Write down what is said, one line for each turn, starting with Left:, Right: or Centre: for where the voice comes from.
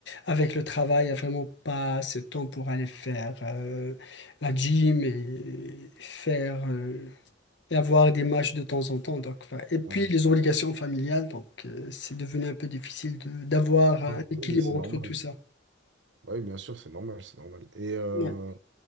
Left: avec le travail, il n'y a vraiment pas ce temps pour aller faire euh, la gym et faire euh, et avoir des matchs de temps en temps. Donc, enfin, et puis
Right: Ok.
Left: les obligations familiales, donc euh, c'est devenu un peu difficile de- d'avoir un
Right: Ouais, bah
Left: équilibre
Right: oui, c'est
Left: entre
Right: normal.
Left: tout ça.
Right: Oui, bien sûr, c'est normal, c'est normal. Et, euh,
Left: Ouais.